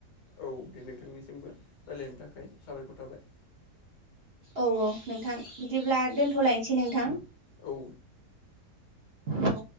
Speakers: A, on the left; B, on the right.
A: औ दे नोंथांनिसिमबो रायलायनि थाखाय साबायखर थाबाय
B: औ औ नोंथां बिदिब्ला दोनथ'लायसै नोंथां
A: औ
B: औ